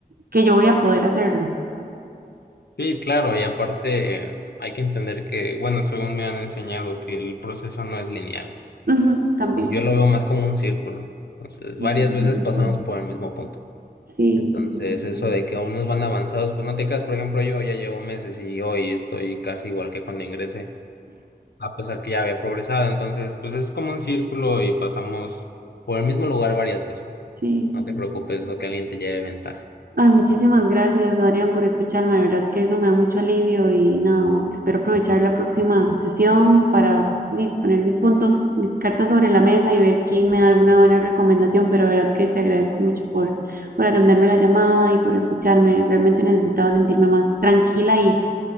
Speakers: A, on the right; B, on the left.
A: que yo voy a poder hacerlo.
B: Sí, claro, y aparte eh, hay que entender que, bueno, según me han enseñado, que el proceso no es lineal.
A: Ujú, también.
B: Eh, Yo lo veo más como un círculo. Entonces,
A: Sí,
B: varias
A: tienes
B: veces pasamos
A: razón.
B: por el mismo punto.
A: sí.
B: Entonces,
A: tienes razón.
B: eso de que unos van avanzados, pues no te creas, por ejemplo, yo ya llevo meses y hoy estoy casi igual que cuando ingresé, a pesar que ya había progresado. Entonces, pues es como un círculo y pasamos por el mismo lugar varias veces.
A: Sí.
B: No te preocupes, eso que alguien te lleve ventaja.
A: Ay, muchísimas gracias, Adrián, por escucharme. De verdad que eso me da mucho alivio y nada, espero aprovechar la próxima sesión para di, poner mis puntos, mis cartas sobre la mesa y ver quién me da alguna buena recomendación. Pero de verdad que te agradezco mucho por, por atenderme la llamada y por escucharme. Realmente necesitaba sentirme más tranquila y,